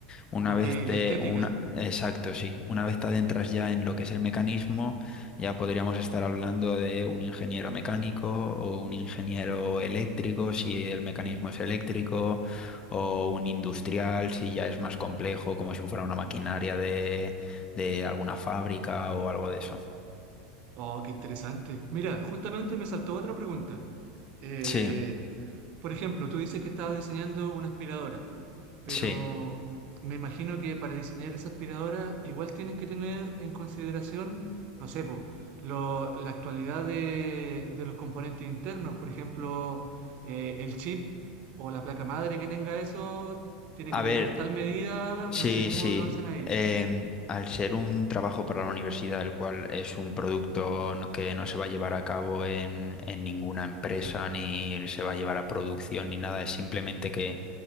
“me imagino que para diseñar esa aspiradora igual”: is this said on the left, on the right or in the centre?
Right